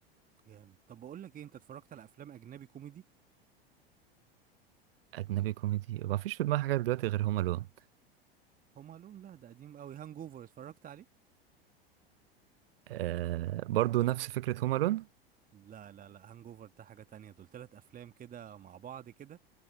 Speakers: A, on the right; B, on the right.
A: جامد طب بقول لك ايه انت اتفرجت على افلام اجنبي كوميدي
B: اجنبي كوميدي ما فيش في دماغي حاجه دلوقتي غير هوم الون
A: هوم الون لا ده قديم قوي هانج اوفر اتفرجت عليه
B: آه برضو نفس فكره هوم الون
A: لا لا لا هانج اوفر ده حاجة تانية دول تلات افلام كده مع بعض كده